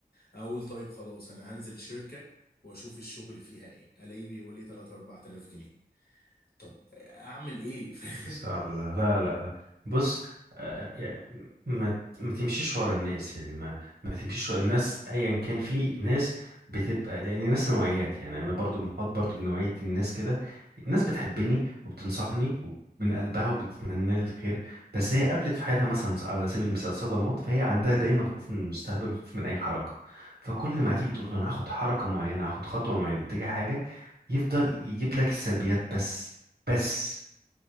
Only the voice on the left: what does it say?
أقول طيب خلاص أنا هنزل شركة وأشوف الشغل فيها إيه ألاقيه بيقول لي 3 4000 جنيه طب أعمل إيه <laughs> فاهم